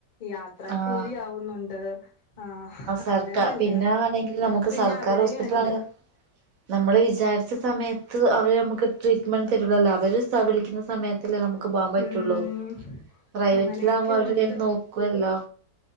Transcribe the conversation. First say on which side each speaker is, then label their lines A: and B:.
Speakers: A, on the left (about 35°); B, on the right (about 60°).
A: യാത്ര
B: ആഹ്
A: കൂലി ആവുന്നുണ്ട്. ആഹ്
B: സർക്കാർ
A: അങ്ങനെ തന്നെ
B: പിന്നെ ആണെങ്കിൽ നമുക്ക്
A: പിന്നെ
B: സർക്കാർ
A: അവിടെയും
B: ഹോസ്പിറ്റലാണ്
A: ഉണ്ട്.
B: നമ്മള് വിചാരിച്ച സമയത്ത് അവരെ നമുക്ക് <unintelligible> അവര് സ വിളിക്കുന്ന സമയത്തല്ലേ നമുക്ക് പോകാൻ പറ്റുള്ളൂ
A: ഉം
B: പ്രൈവറ്റിലാവുമ്പോ
A: അങ്ങനെയൊക്കെ
B: അവരേതായാലും
A: ഉണ്ട്
B: നോക്കുവല്ലോ.